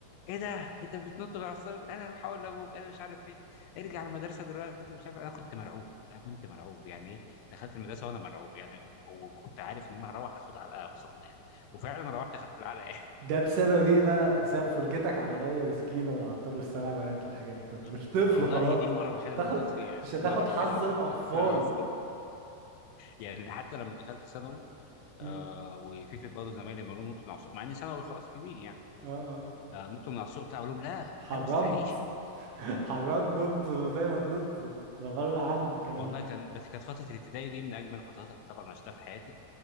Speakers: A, on the left (about 80°); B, on the right (about 65°).
A: ايه ده انت بتنط بالعصايه انا هحاول لابوك انا مش عارف ايه ارجع المدرسه دلوقتي مش عارف انا كنت مرعوب انا كنت مرعوب يعني ايه دخلت المدرسه وانا مرعوب يعني وكنت عارف ان انا هروح اخد علقه سخنه يعني وفعلا روحت اخدت العلقه
B: ده بسبب ايه بقى بسبب فرجتك على ريا وسكينة والعطار والسبع بنات والحاجات دي فانت
A: <laughs>
B: مش طفل
A: والله
B: خلاص
A: دي المره الوحيده
B: مش هتاخد
A: اللي نطيت فيها
B: مش
A: دي
B: هتاخد
A: المره الوحيده
B: حظ
A: اللي نطيت
B: الاطفال
A: نطيت فيها على السور يعني حتى لما دخلت ثانوي
B: مم.
A: آه وفكره برضه زمايلي لما يقولوا نط من على السور مع اني ثانوي خلاص كبير يعني
B: اه اه
A: آه نط من على السور بتاع اقول لهم لا
B: حرمت
A: لا مستحيل <laughs>
B: <laughs> حرمت نط زي ما تنط لا بره عني الكلام
A: والله
B: ده
A: كان بس كانت فتره الابتدائي دي من اجمل الفترات اللي طبعا عشتها في حياتي